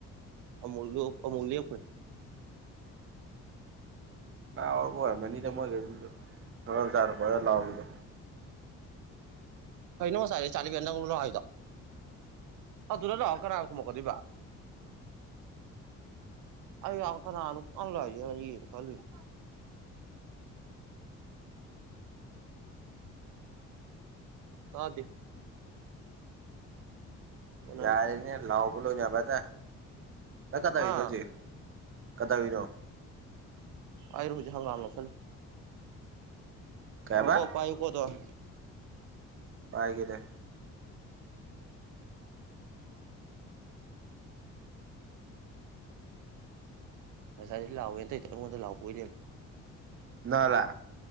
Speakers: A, on the right; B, on the right.
A: ꯑꯃꯨꯛ ꯂꯣꯛ ꯑꯃꯨꯛ ꯂꯦꯞꯈ꯭ꯔꯦ
B: ꯉꯥꯎꯕ ꯑꯣꯢꯔꯝꯒꯅꯤꯗꯥ ꯃꯣꯏ ꯢꯃꯨꯡꯖꯨ ꯃꯔꯝ ꯆꯥꯗꯅ ꯀꯣꯢꯂꯥꯎ ꯂꯥꯎꯔꯤꯗꯣ
A: ꯀꯩꯅꯣ ꯉꯁꯥꯏꯗ ꯆꯥꯂꯤ ꯅꯪꯂꯣ ꯂꯥꯎꯔꯤꯗꯣ ꯑꯗꯨꯗ ꯂꯥꯎꯔꯒ ꯀꯅꯅꯥ ꯈꯨꯝꯃꯛꯀꯗꯧꯔꯤꯕ ꯑꯩ ꯀꯅꯥꯅꯣ ꯀꯣꯏꯂꯥꯎ ꯂꯥꯎꯔꯤꯖꯦ ꯀꯅꯅꯣ ꯈꯜꯂꯤꯁꯦ ꯇꯥꯗꯦ ꯀꯣꯟꯅꯅꯤ
B: ꯌꯥꯔꯦꯅꯦ ꯂꯥꯎꯕ ꯂꯣꯏꯅꯔꯕ ꯅꯠꯇꯔ ꯅꯪ ꯀꯩ ꯇꯧꯔꯤꯅꯣ
A: ꯍꯥ
B: ꯍꯧꯖꯤꯛ ꯀꯗꯧꯅꯣ
A: ꯑꯩꯔꯣ ꯍꯧꯖꯤ ꯍꯪꯒꯥꯝ ꯂꯧꯁꯤꯜꯂꯤ
B: ꯀꯩꯕ
A: ꯉꯥꯢꯈꯣꯀꯣ ꯄꯥꯏꯌꯨꯀꯣ ꯑꯗꯨꯝ
B: ꯄꯥꯏꯒꯦꯅꯦ
A: ꯉꯁꯥꯏ ꯂꯥꯎꯕꯅꯦ ꯇꯧꯏꯗꯣ ꯑꯩꯉꯣꯟꯗ ꯂꯥꯎꯕ ꯑꯣꯏꯂꯩꯔꯝꯃꯦ
B: ꯅ ꯂ